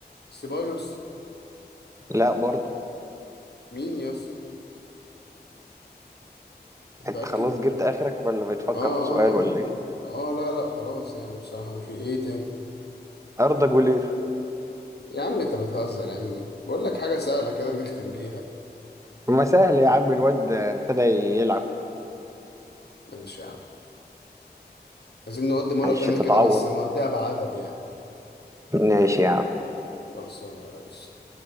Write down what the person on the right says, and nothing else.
لا برضه
انت
خلاص جبت اخرك ولا بتفكر
في سؤال ولا
ايه
اردا جولير
ما سهل يا عم الواد ابتدى يلعب
معلش
تتعوض
ماشي يا عم